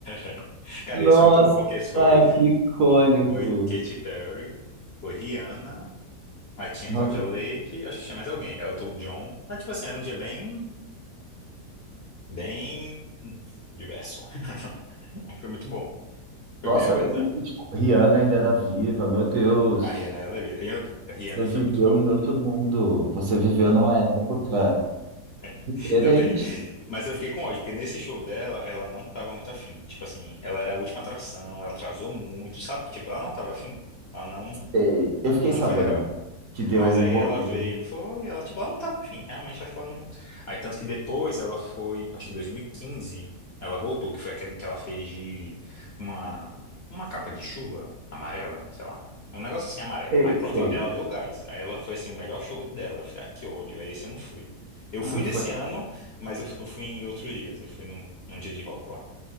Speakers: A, on the left; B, on the right.
A: <laughs> Cara,
B: Nossa,
A: esse foi muito bom, porque esse foi,
B: que icônico.
A: foi Katy Perry, foi Rihanna, Aí tinha
B: Nossa,
A: Cláudia Leite, acho que tinha mais alguém. Elton John. Ah, tipo assim, era um dia bem, bem diverso. <laughs> Aí Foi muito bom. Foi
B: nossa,
A: bem organizado.
B: e- e, tipo, Rihanna ainda era viva, meu Deus.
A: A Rihanna, ela, eu, a Rihanna
B: Você
A: foi
B: viveu
A: muito bom.
B: em outro mundo. Você viveu numa época.
A: <laughs>
B: Diferente.
A: Ainda peguei. Mas eu fiquei com ódio, porque nesse show dela, ela não tava muito afim. Tipo assim, ela era a última atração, ela atrasou muito. Sabe, tipo, ela não tava afim. Ela não,
B: Sei. Eu fiquei
A: não
B: sabendo
A: foi legal.
B: que deu
A: Mas
B: o
A: aí
B: rolê.
A: ela veio, foi, ela, tipo, ela não tava afim, realmente, acho que ela não. Aí, tanto que depois ela foi, acho que em 2015, ela voltou, que foi aquele que ela fez de uma, uma capa de chuva amarela, sei lá. Um negócio assim amarelo.
B: Sei,
A: Aí pronto,
B: sei.
A: ela, ela deu gás. Aí ela foi assim, o melhor show dela. Eu falei, ah, que ódio, aí esse eu não fui. Eu fui
B: Ah,
A: nesse
B: foi...
A: ano, mas eu, eu fui em outros dias, eu fui num, num dia de rock lá.